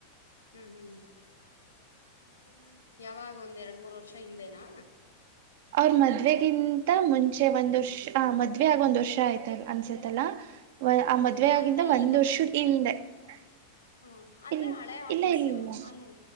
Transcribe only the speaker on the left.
ಹ್ಮ್ ಹ್ಮ್ ಹ್ಮ್ ಯಾವಾಗ್ ಒಂ ಎರಡು ಮೂರು ವರ್ಷ ಹಿಂದೆನಾ
ಹಾಂ
ಹಾಂ
ಅಂದರೆ
ಈಗ
ಹಾಂ ಅಂದರೆ
ಹಳೆ
ಆಫೀಸು
ಅಲ್ಲೇ